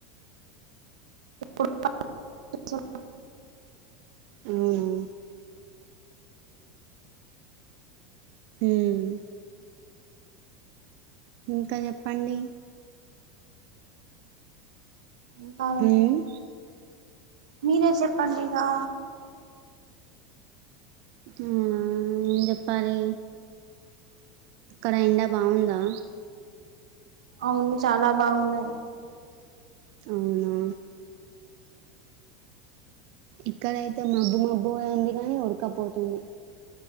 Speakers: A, on the right; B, on the right.
A: ఇప్పుడు పని చేస్.
B: అవునా. ఉమ్. ఇంకా చెప్పండి.
A: ఇంకా
B: మ్మ్
A: మీరే చెప్పండి ఇంకా.
B: ఉమ్ ఏం చెప్పాలి. అక్కడ ఎండా బాగుందా.
A: అవును చాలా బాగున్నాది.
B: అవునా. ఇక్కడైతే మబ్బు మబ్బు అయింది గాని ఉడకపోతుంది.